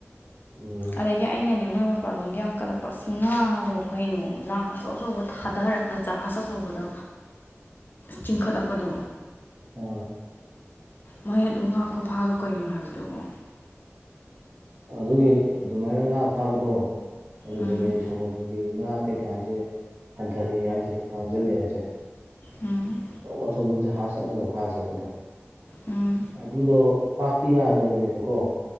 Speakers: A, on the right (about 60°); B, on the left (about 45°).
A: ꯎꯝ
B: ꯑꯗꯒꯤ ꯑꯩꯅꯅꯦ ꯃꯣꯏ ꯃ ꯄꯥꯂꯣꯝꯒꯤ ꯌꯥꯝ ꯀꯠꯂꯛꯄ ꯑ ꯉꯥꯗꯣ ꯀꯩꯅꯣ ꯂꯥꯡ ꯑꯆꯧ ꯑꯆꯧꯕ ꯊꯥꯗꯔꯒ ꯖꯍꯥꯖ ꯑꯆꯧꯕꯗ ꯆꯤꯡꯈꯠꯂꯛꯄꯗꯣ
A: ꯑꯣ
B: ꯃꯣꯏ ꯑꯗꯨ ꯉꯥ ꯈꯨꯐꯥꯗꯣ ꯀꯔꯤꯅꯣ ꯍꯥꯏꯕꯗꯨꯕꯨ
A: ꯑꯗꯨꯒꯤ ꯑꯗꯨꯃꯥꯏꯅ ꯉꯥ ꯐꯥꯕꯗꯣ ꯑꯗꯨꯗꯅꯦ
B: ꯎꯝ
A: ꯁꯃꯨꯗ꯭ꯔꯒꯤ ꯉꯥ ꯀꯩꯀꯥꯁꯦ ꯍꯟꯊꯔꯛꯑꯦ ꯍꯥꯏꯁꯦ ꯃꯥꯡꯁꯤꯜꯂꯤ ꯍꯥꯏꯁꯦ
B: ꯎꯝ
A: ꯑꯆꯧ ꯑꯆꯧꯕ ꯖꯍꯥꯖ ꯆꯠꯂꯒ ꯐꯥ ꯆꯠꯄꯗꯣ
B: ꯎꯝ
A: ꯑꯗꯨꯗꯣ ꯄꯥꯛꯇꯤ ꯌꯥꯗꯕꯅꯦꯕꯀꯣ